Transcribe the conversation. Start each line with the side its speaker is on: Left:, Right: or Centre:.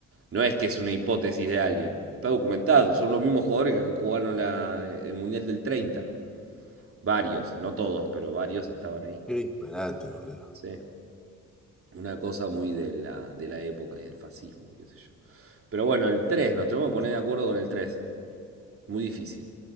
Right: No es que es una hipótesis de alguien, está documentado. Son los mismos jugadores que jugaron la- el Mundial del treinta Varios, no todos, pero varios estaban ahí.
Centre: Qué disparate, boludo.
Right: Sí, una cosa muy de la, de la época y del fascismo, qué sé yo. Pero bueno, el 3 nos tenemos que poner de acuerdo con el tres Muy difícil.